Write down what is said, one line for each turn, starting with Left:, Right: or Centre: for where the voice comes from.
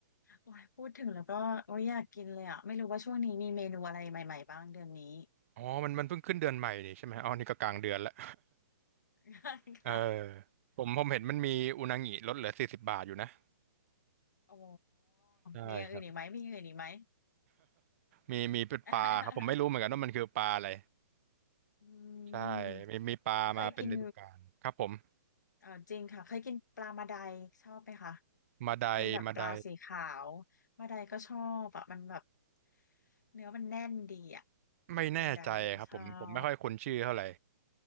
Left: โอ้ยพูดถึงแล้วก็โอ้ยอยากกินเลยอ่ะไม่รู้ว่าช่วงนี้มีเมนูอะไรใหม่ๆบ้างเดือนนี้
Right: อ๋อมันมันเพิ่งขึ้นเดือนใหม่นี่ใช่ไหมอ๋อนี่ก็กลางเดือนละ
Left: <laughs>
Right: <laughs> เออ
Left: ค่ะ
Right: ผมผมเห็นมันมีอุนางิลดเหลือสี่สิบบาทอยู่นะ
Left: อ๋อ
Right: ใช่ครับ
Left: มีอย่างอื่นอีกไหมมีอย่างอื่นอีกไหม
Right: มีมีเป็นปลาครับผมไม่รู้เหมือนกันว่ามันคือปลาอะไร
Left: <laughs> อื
Right: ใช่
Left: ม
Right: มีมีปลามาเป็นฤดูกาลครับผม
Left: เคยกินเออจริงค่ะเคยกินปลามาไดชอบไหมคะ
Right: มาไดมาได
Left: เป็นแบบปลาสีขาวมาไดก็ชอบอะมันแบบเนื้อมันแน่นดีอะ
Right: ไม่แน่ใจครับผมผมไม่ค่อยคุ้นชื่อเท่าไหร่
Left: มาไดชอบ